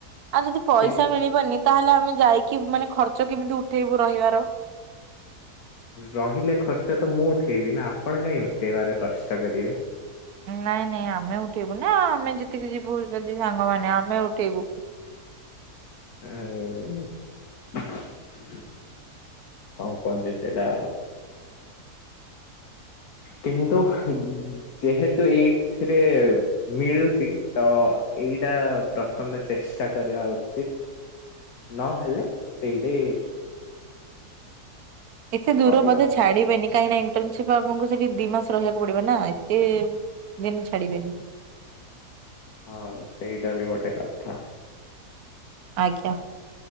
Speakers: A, on the right; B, on the left.
A: ଆଉ ଯଦି ପଇସା
B: କିନ୍ତୁ
A: ମିଳିବନି, ତାହେଲେ ଆମେ ଯାଇକି ମାନେ ଖର୍ଚ୍ଚ କେମିତି ଉ ଏଠେଇକୁୁ ରହିବାର
B: ରହିଲେ ଖର୍ଚ୍ଚ ତ ମୁଁ ଉଠେଇବି ନା, ଆପଣ କାହିଁ ଉଠେଇବାର କଷ୍ଟ କରିବେ।
A: ନାଇଁ ନାଇଁ, ଆମେ ଉଠେଇବୁ ନା ଆମେ ଯେତିକି ଯିବୁ, ଯଦି ସାଙ୍ଗମାନେ ଆମେ ଉଠେଇବୁ
B: ହଁ <unintelligible> କଣ କୁହନ୍ତି ସେଇଟା?
A: <inaudible>
B: କିନ୍ତୁ, ଯେହେତୁ ଏଇଥିରେ ମିଳୁଛି, ତ ଏ ଏଇଟା ପ୍ରଥମେ ଚେଷ୍ଟା କରିବା ଉଚିତ। ନହେଲେ ସେଇଠି
A: ଏତେ ଦୂର
B: କରିବା
A: ବୋଧେ ଛାଡିବେନି, କାଇଁନା ଆପ ସେଠି ଦି ମାସ ରହିବାକୁ ପଡିବ ନା, ଏତେ ଦିନ ଛାଡିବେନି
B: ହଁ, ସେଇଟା ବି ଗୋଟେ କଥା।
A: ଆଜ୍ଞା।